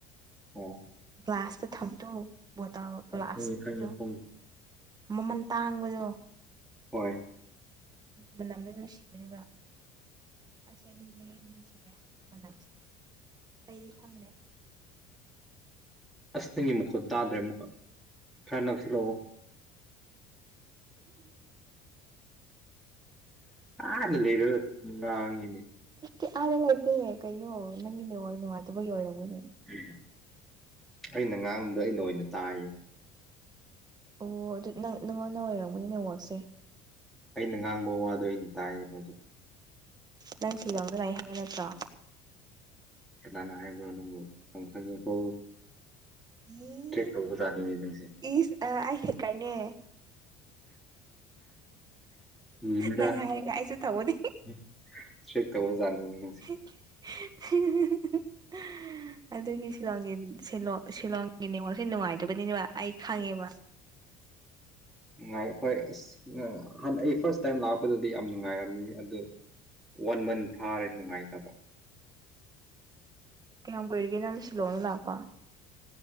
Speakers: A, in the centre; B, on the right (about 25°).
A: ꯑꯣ
B: ꯒ꯭ꯂꯥꯁꯇ ꯊꯝꯕꯗꯣ ꯕꯣꯇꯜ
A: ꯑꯣ,
B: ꯒ꯭ꯂꯥꯁ
A: ꯈꯪꯉꯦ
B: ꯀꯤꯗꯣ
A: ꯈꯪꯉꯦ ꯈꯪꯉꯦ
B: ꯃꯃꯜ ꯇꯥꯡꯕꯗꯣ
A: ꯍꯣꯏ
B: ꯃꯅꯝꯗꯨ ꯅꯨꯡꯁꯤꯕꯅꯦꯕ ꯑꯁ <unintelligible> ꯅꯨꯡꯁꯤꯔꯦ ꯃꯅꯝꯁꯦ ꯑꯇꯩꯗꯤ ꯈꯪꯗꯦ
A: ꯑꯁ ꯅꯪꯒꯤ ꯃꯈꯣꯟ ꯇꯥꯗ꯭ꯔꯦ ꯑꯃꯨꯛꯀ ꯈꯔ ꯅꯛꯁꯤꯜꯂꯛꯑꯣ ꯑꯥꯗ ꯂꯩꯔꯒ ꯉꯥꯡꯢꯅꯦ
B: ꯑꯦ ꯑꯥꯗ ꯂꯩꯇꯦ ꯀꯩꯅꯣ ꯅꯪꯒꯤ ꯅꯦꯠꯋꯥꯛ ꯅꯨꯡꯉꯥꯏꯇꯕꯒꯤ ꯑꯣꯏꯔꯝꯒꯅꯤ
A: ꯎꯝ ꯑꯩꯅ ꯉꯥꯡꯕꯗꯣ ꯑꯩꯅ ꯑꯣꯏꯅ ꯇꯥꯏ
B: ꯑꯣ ꯑꯗꯨ ꯅꯪ ꯅꯪꯉꯣꯟꯗ ꯑꯣꯏꯔꯝꯒꯅꯤ ꯅꯦꯠꯋꯥꯛꯁꯦ
A: ꯑꯩꯅ ꯉꯥꯡꯕ ꯋꯥꯗꯣ ꯑꯩꯅ ꯇꯥꯏꯌꯦꯕ ꯍꯧꯖꯤꯛ
B: ꯅꯪ ꯁꯤꯂꯣꯡꯗ ꯂꯥꯛꯏ ꯍꯥꯏꯕ ꯅꯠꯇ꯭ꯔꯣ
A: ꯀꯅꯥ ꯍꯥꯏꯕ꯭ꯔꯣ ꯅꯪꯕꯨ ꯌꯥꯝ ꯈꯪꯢꯀꯣ
B: ꯏꯁ
A: ꯇ꯭ꯔꯦꯛ ꯇꯧꯕ ꯖꯥꯠꯅꯤꯅꯦ ꯅꯪꯁꯦ
B: ꯏꯁ ꯑ ꯑꯩ ꯍꯦꯛꯀꯔꯅꯦ
A: <inaudible>
B: ꯅꯪ ꯍꯥꯏꯔꯒ ꯑꯩꯁꯨ ꯇꯧꯕꯅꯤ
A: ꯆꯦꯛ ꯇꯧꯕꯖꯥꯠꯅꯤꯅꯦ ꯅꯪꯁꯦ
B: <unintelligible> ꯑꯗꯨꯒꯤ ꯁꯤꯂꯣꯡꯒꯤ ꯁꯤꯂꯣ ꯁꯤꯂꯣꯡꯒꯤ ꯅꯦꯠꯋꯥꯛꯁꯦ ꯅꯨꯡꯉꯥꯏꯇꯕꯅꯤꯕ ꯑꯩ ꯈꯪꯉꯦꯕ
A: ꯅꯨꯡꯉꯥꯏ ꯍꯣꯏ ꯑꯁ ꯍꯥꯟꯅ ꯑꯩ ꯐꯥ꯭ꯔꯁ ꯇꯥꯏꯝ ꯂꯥꯛꯄꯗꯗꯤ ꯌꯥꯝ ꯅꯨꯡꯉꯥꯏꯔꯝꯃꯤ ꯑꯗꯨ ꯋꯥꯟ ꯃꯟ ꯐꯥꯔꯦ ꯅꯨꯡꯉꯥꯏꯇꯕ
B: ꯀꯌꯥꯝ ꯀꯨꯏꯔꯒꯦ ꯅꯪ ꯁꯤꯂꯣꯡꯗ ꯂꯥꯛꯄ